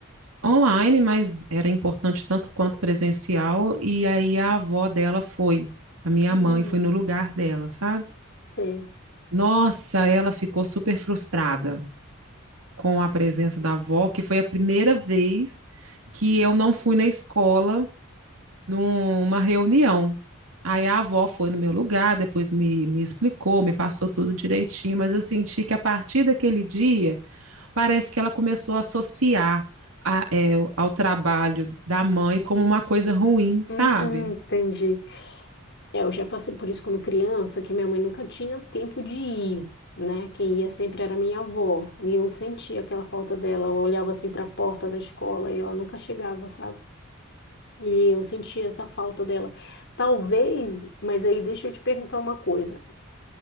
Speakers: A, on the right; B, on the left.
A: online, mas era importante tanto quanto presencial. E aí a avó dela foi, a minha
B: Hum,
A: mãe foi no lugar dela, sabe?
B: sei.
A: Nossa, ela ficou super frustrada com a presença da avó, que foi a primeira vez que eu não fui na escola numa reunião. Aí a avó foi no meu lugar, depois me, me explicou, me passou tudo direitinho, mas eu senti que a partir daquele dia, parece que ela começou a associar a- é, ao trabalho da mãe como uma coisa ruim,
B: Hum,
A: sabe?
B: entendi. É, eu já passei por isso quando criança, que minha mãe nunca tinha tempo de ir, né? Quem ia sempre era minha avó. E eu sentia aquela falta dela. Eu olhava assim para a porta da escola e ela nunca chegava, sabe? E eu sentia essa falta dela. Talvez, mas aí deixa eu te perguntar uma coisa.